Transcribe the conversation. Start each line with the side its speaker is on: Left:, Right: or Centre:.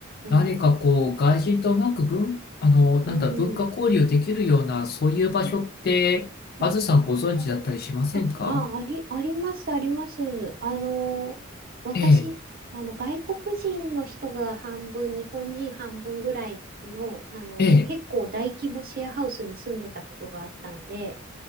Right: いや、
Left: 何かこう、
Right: うん、
Left: 外人とうまく文、あの、なんだ、
Right: うん、
Left: 文化交流できるような、そういう場所って、
Right: うんあ、
Left: あずさんご存知だったりしませんか
Right: あのあ、ああり、あります、あります。あの、私、
Left: ええ、
Right: あの、外国人の人が半分、日本人半分ぐらいの、あの、
Left: ええ、
Right: 結構大規模シェアハウスに住んでたことがあったんで、